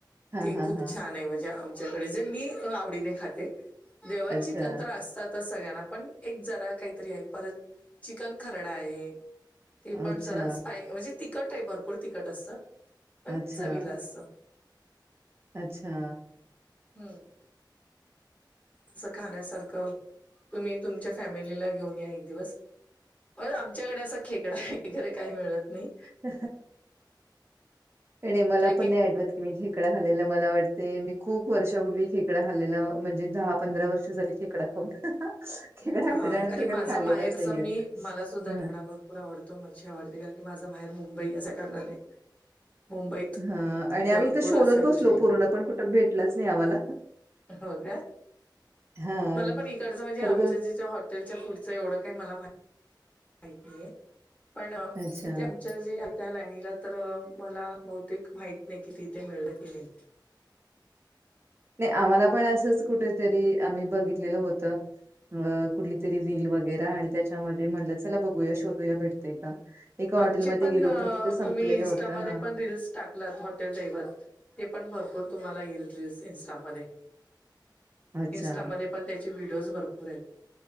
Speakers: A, on the right; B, on the left.
A: हां,
B: ती
A: हां,
B: खूप
A: हां.
B: छान आहे म्हणजे आमच्याकडे जे मी आवडीने खाते. जेव्हा
A: अच्छा,
B: चिकन तर असतातचं सगळ्यांना पण एक जरा काहीतरी आहे परत चिकन खरडा आहे. ते
A: अच्छा,
B: पण जरा स्पाई म्हणजे तिखट आहे भरपूर तिखट असतं. पण
A: अच्छा,
B: चवीला असतं.
A: अच्छा.
B: हम्म. असं खाण्यासारखं तुम्ही तुमच्या फॅमिलीला घेऊन या एक दिवस. परत आमच्याकडे अस खेकडा आहे. खरं काय मिळत नाही.
A: <inaudible> नाही नाही मला
B: कारण
A: पण
B: की
A: नाही आठवत. मी खेकडा खाल्लेला मला वाटते मी खूप वर्षापूर्वी खेकडा खाल्लेला म्हणजे दहा-पंधरा वर्ष झाली खे कडा खाऊन. खेकडा
B: हा
A: मि त्याच्यानंतर
B: कारण की माझं
A: कधी खाल्लेलाच
B: माहेर असं
A: नाहीये
B: मी मला सुद्धा
A: हा.
B: खेकडा भरपूर आवडतो. मच्छी आवडते कारण की माझ माहेर मुंबई असा कारणाने. मुंबईत
A: हा आणि
B: भरपूर
A: आम्ही इथं शोधत
B: अशा
A: बसलो
B: गोष्टी
A: पूर्ण पण कुठं भेटलाच नाही आम्हाला.
B: हो काय? <inaudible>
A: हां,
B: मला पण इकडचं म्हणजे
A: खरं
B: आमचं
A: तर
B: जे जे हॉ टेलच्या फूडच एवढं काही मला मा- <inaudible> माहीत नाही. पण
A: अच्छा.
B: तिथे आमच्या जे आ त्या लाईनीला तर मला बहुतेक माहित नाही कि तिथे मिळलं की नाही.
A: नाही आम्हाला पण असंच कुठेतरी आम्ही बघितलेलं होतं. मग कुठली तरी रील वगैरा आणि त्याच्यामध्ये म्हटलं चला बघूया शोधूया भेटतय का? एका
B: आमचे
A: हॉटेलमध्ये
B: पण
A: गेलो
B: अ
A: तिथं संपलेलं
B: तुम्ही इन्स्टामध्ये
A: होतं हां.
B: पण रील्स टाकलात हॉटेल दैवत. ते पण भरपूर तुम्हाला येईल रील्स इन्स्टामध्ये. <inaudible>
A: अच्छा.
B: इन्स्टामध्ये पण त्याचे व्हिडिओज भरपूर